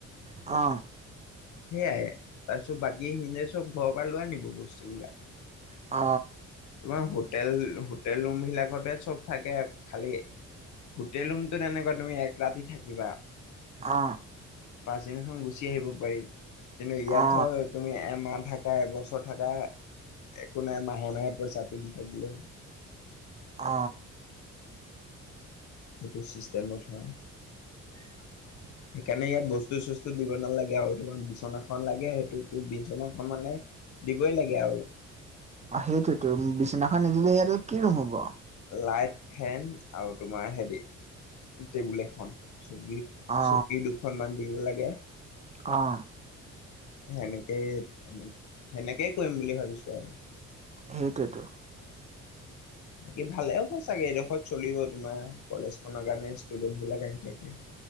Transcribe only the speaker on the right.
অ,
অ,
অ,
অ
অ,
<inaudible>
অ, সেইটোতো বিচনাখন নিদিলে সিহ কি ৰুম হ'ব।
অ
অঁ
সেইটোৱেতো